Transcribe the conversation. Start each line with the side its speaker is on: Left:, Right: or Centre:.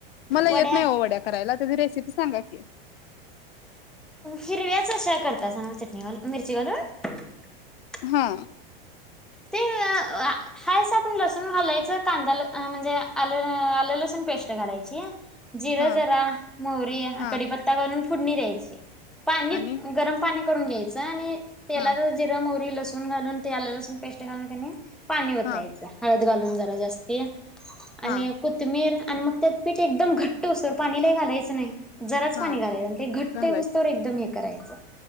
Left: मला येत
Centre: वड्या
Left: नाही ओ वडा. करायला आदी रेसिपी सांगा कीं?
Centre: हिरव्याच अशा चटणी घालून, मिरची घालून <unintelligible>
Left: हा.
Centre: ते अ.. हायसा पन लसून घालायचं कांदा अ म्हनजे आ-आलं, आलं लसून पेस्ट घालायची. जिरा
Left: हा
Centre: जरा, मोहरी,
Left: हा
Centre: कडीपत्ता घालून फोडणी द्यायची. पाणी,
Left: आणि
Centre: गरम पाणी करून घ्यायच, आनी ते तेलातच
Left: हा
Centre: जिरं म्हवरी लस सून घालून ते आलं लसून पेस्ट घालून किनई ते पानी ओतायचं
Left: हा
Centre: हळद घालून जरा जास्तीतं
Left: हा
Centre: आनी कोथमीर आणि मग त्यात पीठ एकदम घट्ट होईस्तवर पानी लय घालायचं न्हाई. जराच
Left: हा
Centre: पानी घालायचं आनी ते घट्ट
Left: घालायचं
Centre: होईस्तवर एकदम हे करायचं